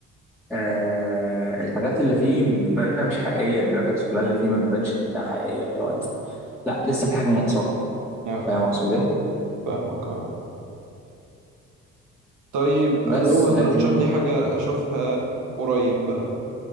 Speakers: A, in the centre; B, on the right.
A: آه الحاجات اللي فيه بتبان مش حقيقيه الجرافيكس كلها اللي فيه ما بتبانش انها حقيقيه اللي هو انت لا لسه في حاجه ناقصاك
B: اه
A: فاهم اقصد ايه
B: فاهمك اه طيب
A: بس
B: لو هترشح
A: لكن
B: لي حاجة اشوفها قريب بقى